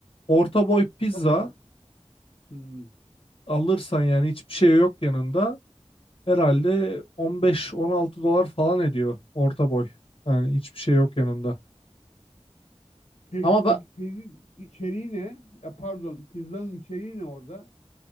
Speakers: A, on the left; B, on the left.
A: orta boy pizza
B: Çok pahalı. Hmm.
A: alırsan yani hiçbir şey yok yanında herhalde 15-16 dolar falan ediyor orta boy. Yani hiçbir şey yok yanında.
B: Pe
A: Ama
B: pe
A: ben
B: peynir içeriği ne? Ya pardon, pizzanın içeriği ne orada?